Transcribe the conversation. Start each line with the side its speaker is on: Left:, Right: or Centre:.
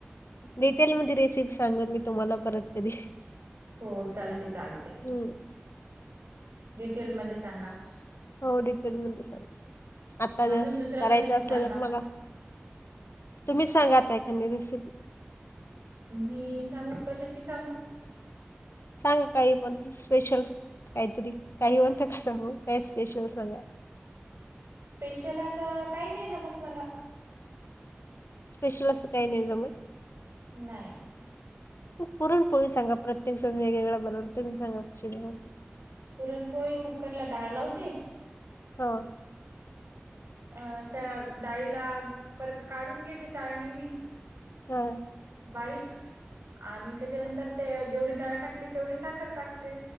Left: डिटेल म रेसिपी सांगा मी तुम्हाला परत कधी.
Right: हो चालते चालते.
Left: हम्म
Right: डिटेल म सांगा.
Left: हो डिटेल मध्ये सांग आता
Right: अजून
Left: ज
Right: दुसरं
Left: करायचं
Right: कशाची
Left: असलं
Right: सांगा
Left: तर मला. तुम्ही सांगात एखादी रेसिपी.
Right: मी सांगू कशाची सांगू.
Left: सांगा काही पण स्पेशल. काहीतरी काही होण नका सांगू काय स्पेशल सांगा.
Right: स्पेशल असं काही नाही जमत मला.
Left: स्पेशल असं काही नाही जमत.
Right: नाही.
Left: पुरण पोळी सांगा प्रत्येक जण वेगवेगळे बनल तुम्ही सांगा कशी बनवते.
Right: पुरणपोळी कुकरला डाळ लावते.
Left: हा
Right: अं त्या डाळीला परत काढून घेते चाळणीनी
Left: हो
Right: बारीक आणि त्याच्यानंतर ते जेवढी दाळ टाकली तेवढी साखर टाक ते